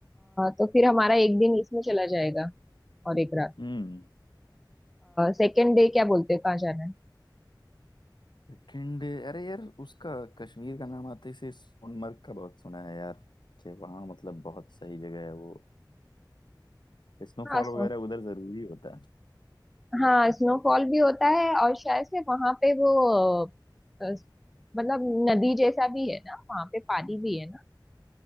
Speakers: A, in the centre; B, on the left.
A: तो फिर हमारा एक दिन इसमें चला जाएगा और एक रात
B: हम्म
A: सेकेंड डे क्या बोलते हैं कहाँ जाना है
B: सेकंड अरे यार उसका कश्मीर का नाम आते से सोनमर्ग का बहुत सुना है यार कि वहाँ मतलब बहुत सही जगह है वो स्नोफॉल
A: हाँ सो
B: वगैरह उधर जरूरी होता है
A: हाँ स्नोफॉल भी होता है और शायद से वहां पे वो अ, अ, मतलब नदी जैसा भी है ना वहां पे पानी भी है ना